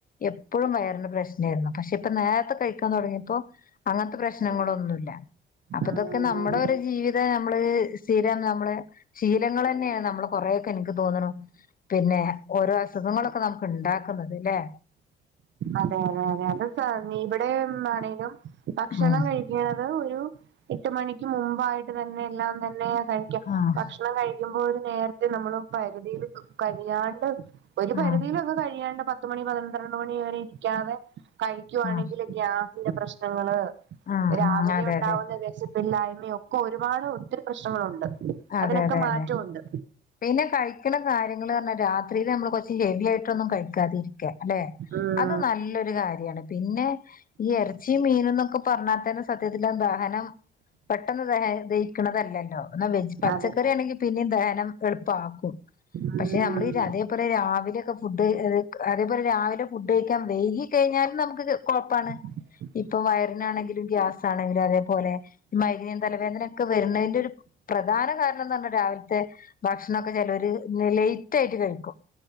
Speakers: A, on the left (about 45°); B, on the right (about 65°).
A: എപ്പോഴും വയറിന് പ്രശ്ന ആയിരുന്നു പക്ഷെ ഇപ്പ നേരത്തെ കഴിക്കാൻ തുടങ്ങിയപ്പോ അങ്ങനത്തെ പ്രശ്നങ്ങളൊന്നുല്ല അപ്പൊ
B: ഉം
A: ഇതൊക്കെ നമ്മുടെ ഒരു ജീവിതം നമ്മള് സ്ഥിരം നമ്മള് ശീലങ്ങൾ തന്നെയാണ് നമ്മള് കൊറെേൊക്കെ എനിക്ക് തോന്നണം പിന്നെ ഓരോ അസുഖങ്ങളൊക്കെ നമുക്ക് ഉണ്ടാക്കുന്നത് അല്ലെ
B: അതെ അതെ അതെ അത് സ നീ ഇവിടെ ആണെലും ഭക്ഷണം
A: ഉം
B: കഴിക്കണത് ഒരു എട്ട് മണിക്ക് മുമ്പായിട്ട് തന്നെ എല്ലാം തന്നെയ കഴിക്കാം
A: ആഹ്
B: ഭക്ഷണം കഴിക്ക ്പോ നേരത്തെ നമ്മള് പരിധിൽ കഴിയാണ്ട് ഒരു പരിധിയിലൊക്കെ
A: ആഹ്
B: കഴിയാണ്ട് പത്ത് മണി പന്ത്രണ്ട് മണി വരെ ഇരിക്കാതെ കഴിക്കുവാണെങ്കില്
A: ആഹ്
B: ഗ്യാസിന്റെ പ്രശ്നങ്ങള്
A: ആഹ്
B: രാവിലെ
A: ആഹ് അതെ
B: ഉണ്ടാവുന്ന
A: അതെ
B: വിശപ്പില്ലായ്മ ഒക്കെ ഒരുപാട് ഒത്തിരി പ്രശ്നങ്ങളുണ്ട്
A: അതെ
B: അതിനൊക്കെ
A: അതെ
B: മാറ്റമുണ്ട്
A: അതെ പിന്നെ കഴിക്കണം കാര്യങ്ങ പറഞ്ഞാ രാത്രിയില് നമ്മള് കൊറച്ച് ഹെവി ആയിട്ടൊന്നും കഴിക്കാതെ ഇരിക്ക അല്ലെ
B: ഉം
A: അത് നല്ലൊരു കാര്യാണ് പിന്നെ ഈ ഇറച്ചി മീന എന്നൊക്കെ പറഞ്ഞാത്തന്നെ സത്യത്തില്ല ദഹനം പെട്ടെന്ന് ദഹ ദഹിക്കണതല്ലോ എന്ന വെജ പച്ചക്കറി
B: അതെ
A: ആണെങ്കിൽ പിന്നെയും ദഹനം എളുപ്പമാക്കും
B: ഉം
A: പക്ഷെ നമ്മളീ അ അതേപോലെ രാവിലെൊക്കെ ഫുഡ് അതേപോലെ രാവിലെ ഫുഡ് കഴിക്കാൻ വൈക വൈകി കഴിഞ്ഞാലും നമുക്ക് കുഴപ്പാണ്
B: <inaudible>
A: ഇപ്പൊ വയറിനാണെങ്കിലും ഗ്യാസ ആണെങ്കിലും അതേപോലെഈ മൈഗ്രയ്ൻ തലവേദനൊക്കെ വരുന്നതിന്റെ ഒരു പ്രധാന കാരണം എന്ന് പറഞ്ഞ രാവിലത്തെ ഭക്ഷണമൊക്കെ ചെലവര് ലേറ്റ് ആയിട്ട് കഴിക്കും